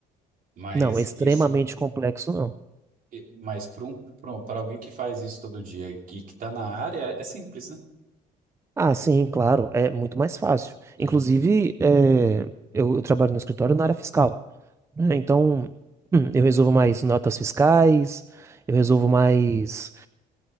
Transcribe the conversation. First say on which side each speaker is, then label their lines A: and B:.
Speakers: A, on the right (about 55°); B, on the right (about 15°).
A: Mas
B: Não, é extremamente
A: isso,
B: complexo não.
A: e- mas para um, para alguém que faz isso todo dia e que está na área, é é simples, né?
B: Ah, sim, claro, é muito mais fácil.
A: Uhum.
B: Inclusive, é, eu, eu trabalho no escritório na área fiscal, né? Então, hum, eu resolvo mais notas fiscais, eu resolvo mais